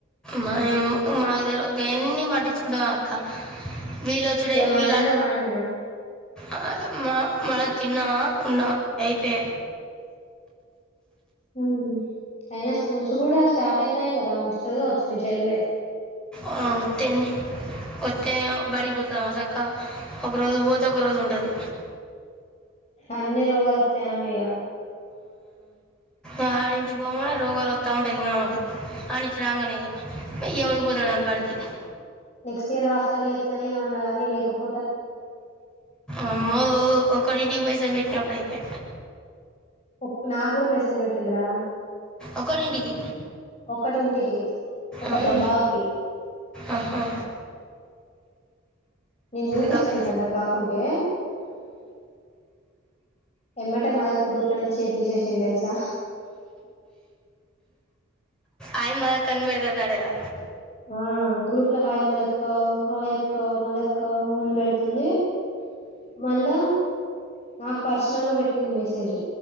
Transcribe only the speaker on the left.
ఇక మనదేదో
మనమేనా
హు అయినా స్కూల్స్ కూడా స్టార్ట్ అయితాయి కదా ఆమె వస్తది కావచ్చు మీ చెల్ల్యా.
అన్ని రోగాలోత్త ఆమెకిగా
నెక్స్ట్ ఇయర్ హాస్టలేత్తనే ఏమన్నా గానీ లేకపో
కొక్ నాగుడా మెసేజ్ పెట్టింది రా
ఒకటింటికి ఒకటిమ్
బావుకి
నేన్ జుపిస్తా
ఇకంతక్ కాకుంటే. ఎమ్మటె మదక్క గ్రూప్ల నుంచి తీసేసింది తెల్సా?
ఆ గ్రూప్ లో హాయ్ మదక్క హాయ్ అక్క మదక్క అని పెడుతుంది. మల్ల నాక్ పర్సనల్ గా పెట్టింది మెసేజు.